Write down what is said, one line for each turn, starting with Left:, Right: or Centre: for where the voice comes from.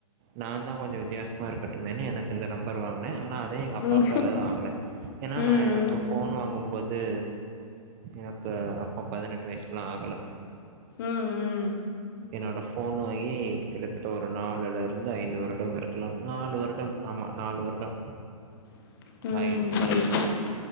Right: நா தா கொஞ்சோ வித்தியாசமா இருக்கட்டுமேனு எனக்கு இந்த நம்பர் வாங்கன ஆ னா அதையு எங்க அப்பா
Left: ம்
Right: பேர்ல தா வாங்கன ஏன்னா
Left: ம்
Right: நா எனக்கு ஃபோன் வாங்கும்போ து எனக்கு அப்போ பதினெட்டு வயசுலா ஆகல
Left: ம் ம்
Right: என்னோட ஃபோன் வாங்கி கிட்டத்தட்ட ஒரு நாலுல இருந்து ஐந்து வருடம் இருக்கலா நாலு வருடம் ஆமா நாலு வருடம்
Left: ம் <unintelligible>
Right: ஆகிவிட்டது